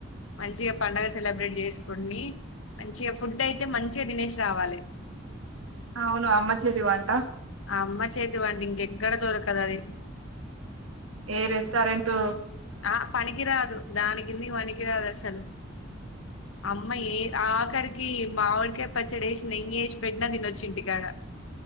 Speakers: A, on the left; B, on the right.
A: మంచి గ పండగ సెలబ్రేట్ చేసి కొన్ని మంచిగా ఫుడ్ అయితే మంచిగా తినేసి రావాలే
B: అవును అమ్మ చేతి వంట
A: అమ్మ చేతి వంట ఇంక ఎక్కడ దొరకదు అది
B: ఏ రెస్టారెంట్ ఉ
A: ఆ పనికిరాదు దాని కింది కి పనికిరాదు అసలు అమ్మ ఏ ఆ క్కరికి మామిడికాయ పచ్చడి ఏసీ నెయ్యి ఏసి పెట్టినా తినొచ్చు ఇంటికాడ